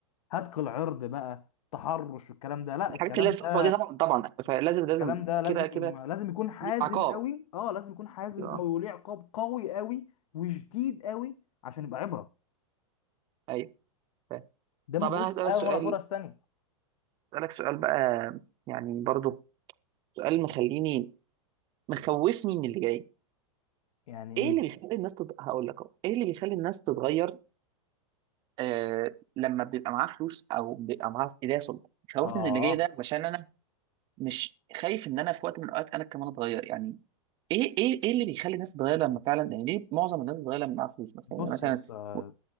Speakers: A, on the left; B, on the right.
A: هتك العرض بقى تحرش والكلام ده لا
B: الحاجات
A: الكلام
B: اللي هي الصعبه
A: ده
B: دي طبعا طبعا فلازم لازم
A: الكلام ده لازم
B: كده كده
A: لازم يكون حازم
B: في عقاب
A: قوي اه لازم يكون حازم
B: اه.
A: قوي وليه عقاب قوي قوي وشديد قوي عشان يبقى عبرة
B: ايوه فاهم.
A: ده ما
B: طب
A: فيهوش
B: انا هسألك
A: تهاون
B: سؤال
A: ولا فرص تانية
B: هسألك سؤال بقى يعني برضو سؤال مخليني مخوفني من اللي جاي
A: يعني
B: ايه
A: ايه
B: اللي بيخلي الناس تت... هقول لك اهو ايه اللي بيخلي الناس تتغير آه لما بيبقى معاه فلوس او بيبقى معاه ايديا سلطه خوفني
A: اه
B: من اللي جاي ده عشان انا مش خايف ان انا في وقت من الاوقات انا كمان اتغير يعني ايه ايه ايه اللي بيخلي الناس تتغير لما فعلا يعني ليه معظم الناس تتغير لما معاها فلوس مثلا
A: بص
B: يعني مثلا
A: يا اسطى
B: و-